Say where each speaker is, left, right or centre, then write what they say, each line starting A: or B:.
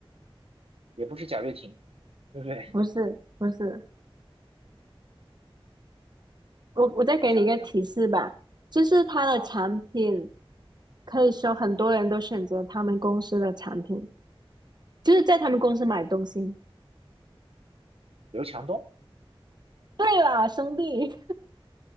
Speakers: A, on the right; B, on the right.
A: 也不是贾跃亭，对不对？
B: 不是，
A: <laughs>
B: 不是。我我再给你一个提示吧，
A: 我想一想
B: 就是他的产品。
A: 啊，
B: 可以说很多人都选择他们公司的产品，就是在他们公司买东西。
A: 刘强东
B: 对了，兄弟，